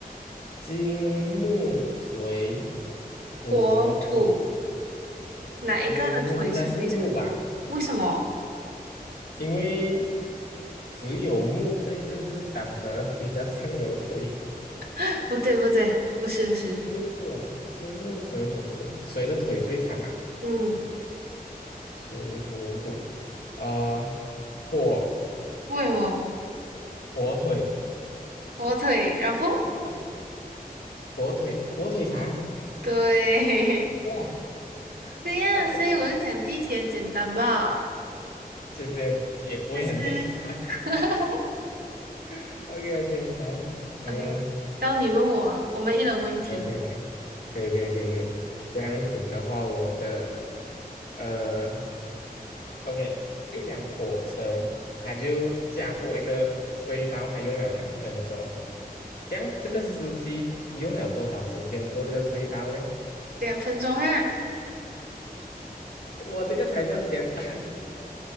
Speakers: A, on the left; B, on the right.
A: 金木水火土，
B: 火土哪一个的腿是最长？
A: 金木应该是木吧，
B: 为什么？
A: 因为只有木这一个字长得 <laughs> 比较像有腿，
B: <laughs> 不对，不对，不是，不是，
A: 不是哦，金木水火土，谁的腿最长啊？
B: 嗯，
A: 水火土，呃，火
B: 为什么？
A: 火腿，
B: 火腿，然后
A: <laughs> 火腿，火腿肠。
B: 对，
A: 哇，
B: <laughs> 对呀，
A: OK，
B: 所以我就讲第一题很简单吧。
A: 其实也也不会很简单。
B: 思思 <laughs>
A: <laughs> OK OK，来，还有吗
B: ，OK，到你问我啊我们一人问一题，
A: ？OK，来，可以可以可以可以。这样子的话，我的呃，OK，一辆火车，它就驾过一个隧道，它用了两分钟。这样这个司机用了多少时间过这个隧道呢？
B: 嗯，两分钟啊
A: 我这个才叫简单。